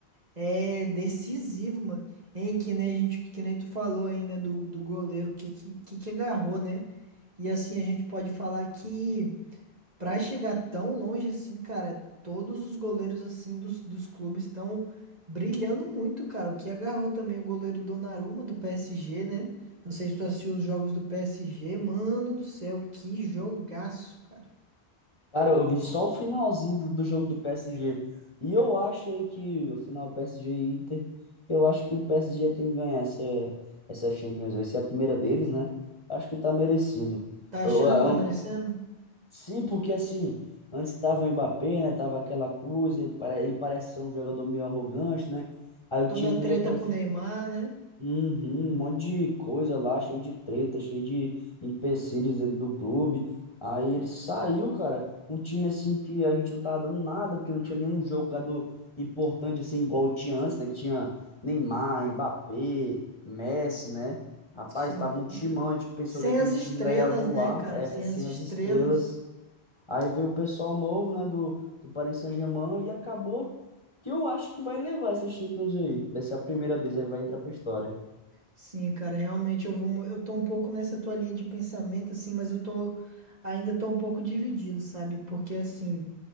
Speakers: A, on the right (about 40°); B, on the left (about 30°).
A: é decisivo, mano. Hein, que nem a gente, que nem tu falou aí, né, do, do goleiro, que, que, que que agarrou, né? E assim a gente pode falar que pra chegar tão longe assim, cara, todos os goleiros assim dos, dos clubes estão brilhando muito, cara. O que agarrou também o goleiro Donnarumma do PSG, né? Não sei se tu assistiu os jogos do PSG, mano do céu, que jogaço, cara.
B: Cara, eu vi só o finalzinho do, do jogo do PSG. E eu acho aí que o final PSG e Inter, eu acho que o PSG tem que ganhar essa, essa Champions. Vai ser a primeira deles, né? Acho que tá merecido.
A: Tá achando
B: Eu, eu-
A: que tá merecendo?
B: sim, porque assim, antes tava o Mbappé, né? Tava aquela coisa, ele pare- ele parece ser um jogador meio arrogante, né? Aí o time
A: Toda a
B: não ia
A: treta
B: para
A: com o Neymar, né?
B: Uhum, um monte de coisa lá, cheio de treta, cheio de empecilhos dentro do clube. Aí ele saiu, cara, um time assim que a gente não tava dando nada, porque não tinha nenhum jogador importante assim, igual tinha antes, né? Que tinha Neymar, Mbappé, Messi, né? Rapaz,
A: Sim.
B: tava um timão, a gente pensou
A: Sem
B: que aquele
A: as estrelas,
B: time lá ia voar,
A: né, cara?
B: é,
A: Sem
B: sem
A: as estrelas.
B: as estrelas. Aí veio o pessoal novo, né, do, do Paris Saint-Germain e acabou que eu acho que vai levar essa Champions aí. Vai ser a primeira deles, aí vai entrar pra história.
A: Sim, cara, realmente eu vou, mu- eu tô um pouco nessa tua linha de pensamento assim, mas eu tô ainda tô um pouco dividido, sabe? Porque assim,